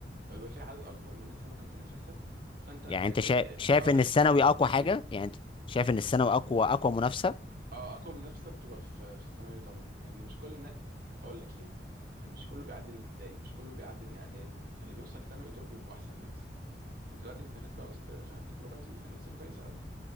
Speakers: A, on the right; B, on the left.
A: فبيبقى في عدد اكبر من الناس اللي ممكن تنافسها فانت الريت
B: يعني انت شايف شايف
A: اه
B: ان الثانوي
A: الريت
B: اقوى
A: بتاعك
B: حاجه
A: بينزل
B: يعني انت شايف ان الثانوي اقوى اقوى منافسه
A: اه اقوى منافسه بتبقى في في الثانويه طبعا لان مش كل الناس هقول لك ليه مش كله بيعدي من ابتدائي مش كله بيعدي من اعدادي فاللي بيوصل ثانوي دول بيبقوا احسن ناس فانت دلوقتي بتنافس بقى وسط فاهم جروبات الناس الكويسه قوي